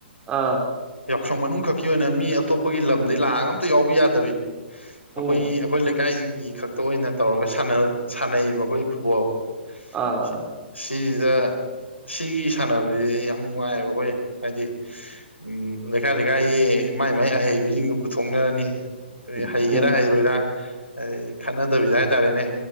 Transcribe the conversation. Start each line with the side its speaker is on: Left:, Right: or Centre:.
Right: ꯑꯥ
Left: ꯁꯪ ꯃꯅꯨꯡꯈꯛꯀꯤ ꯑꯣꯏꯅ ꯃꯤ ꯑꯇꯣꯞꯄꯒꯤ ꯂꯝꯗꯩꯩ ꯂꯥꯛꯑꯒ ꯑꯝꯇ ꯌꯥꯎꯕ ꯌꯥꯗꯕꯤ
Right: ꯎꯝ
Left: ꯑꯩꯈꯣꯏꯒꯤ ꯑꯩꯈꯣꯏ ꯂꯩꯀꯥꯏ ꯃꯤ ꯈꯛꯇ ꯑꯣꯏꯅ ꯇꯧꯔꯒ ꯁꯥꯟꯅ ꯁꯥꯟꯅꯩꯕ ꯑꯩꯈꯣꯏ ꯐꯨꯠꯕꯣꯜ
Right: ꯑꯥ
Left: ꯁꯤ ꯁꯤ ꯁꯤꯗ ꯁꯤꯒꯤ ꯁꯥꯟꯅꯕꯁꯤ ꯌꯥꯝ ꯅꯨꯡꯉꯥꯏꯌꯦꯕ ꯑꯩꯈꯣꯏ ꯍꯥꯏꯗꯤ ꯎꯝ ꯂꯩꯀꯥꯏ ꯂꯩꯀꯥꯏꯒꯤ ꯃꯥꯏ ꯃꯥꯏ ꯑꯍꯩꯕꯁꯤꯡꯗꯨ ꯄꯨꯊꯣꯛꯅꯔꯅꯤ ꯑꯦ
Right: ꯎꯝ
Left: ꯍꯩꯒꯦꯔꯥ
Right: ꯎꯝ
Left: ꯍꯩꯔꯣꯏꯔ ꯈꯠꯅꯗꯕꯤꯗ ꯍꯥꯏꯇꯥꯔꯦꯅꯦ